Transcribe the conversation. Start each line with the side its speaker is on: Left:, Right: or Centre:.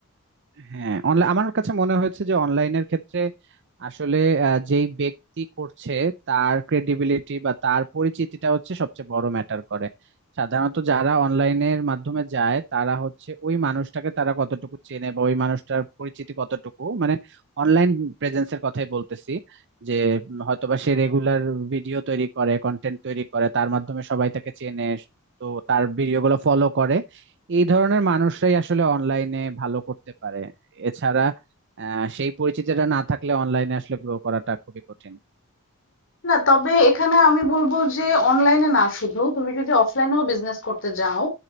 Right: হ্যাঁ অনলাইন আমার কাছে মনে হয়েছে যে অনলাইনের ক্ষেত্রে আসলে আহ, যেই ব্যক্তি করছে তার ক্রেডিবিলিটি বা তার পরিচিতিটা হচ্ছে সবচেয়ে বড় ম্যাটার করে সাধারণত যারা অনলাইনের মাধ্যমে যায় তারা হচ্ছে ওই মানুষটাকে তারা কতটুকু চেনে বা ওই মানুষটার পরিচিতি কতটুকু মানে অনলাইন প্রেজেন্সের কথাই বলতেছি যে উম, হয়তোবা সে রেগুলার ভিডিও তৈরি করে কন্টেন্ট তৈরি করে তার মাধ্যমে সবাই তাকে চেনে তো তার ভিডিওগুলো ফলো করে এই ধরনের মানুষরাই আসলে অনলাইনে ভালো করতে পারে এছাড়া আহ, সেই পরিচিতিটা না থাকলে অনলাইনে আসলে গ্রো করাটা খুবই কঠিন
Left: না, তবে এখানে আমি বলবো যে অনলাইনে না শুধু তুমি যদি অফলাইনেও বিজনেস করতে যাও